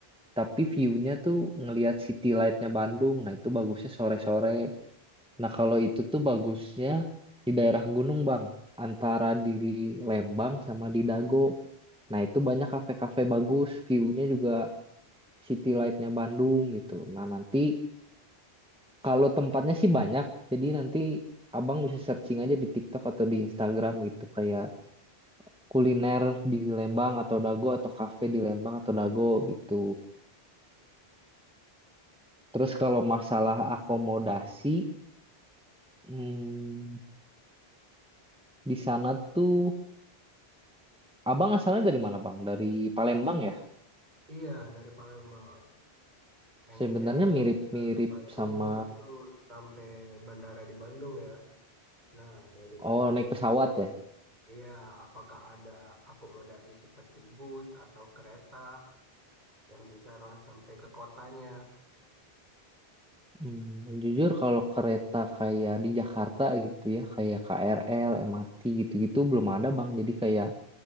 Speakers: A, in the centre; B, on the right.
A: tapi view-nya tuh ngelihat city light-nya Bandung. Nah, itu bagusnya sore-sore. Nah, kalau itu tuh bagusnya di daerah gunung, Bang. Antara di Lembang sama di Dago. Nah, itu banyak kafe-kafe bagus, view-nya juga city light-nya Bandung gitu. Nah, nanti kalau tempatnya sih banyak. Jadi nanti Abang bisa searching aja di TikTok atau di Instagram gitu kayak kuliner di Lembang atau Dago atau kafe di Lembang atau Dago gitu. Terus kalau masalah akomodasi, hmm, di sana tuh Abang asalnya dari mana, Bang? Dari Palembang ya?
B: Iya, dari Palembang. Pengennya
A: Sebenarnya mirip-mirip
B: ke Bandung
A: sama
B: itu sampai bandara di Bandung ya. Nah, dari bandara
A: oh naik
B: di
A: pesawat
B: Bandung,
A: ya.
B: iya, apakah ada akomodasi seperti bus atau kereta yang bisa langsung sampai ke kotanya?
A: Hmm, jujur kalau kereta kayak di Jakarta gitu ya, kayak KRL, MRT gitu-gitu belum ada, Bang. Jadi kayak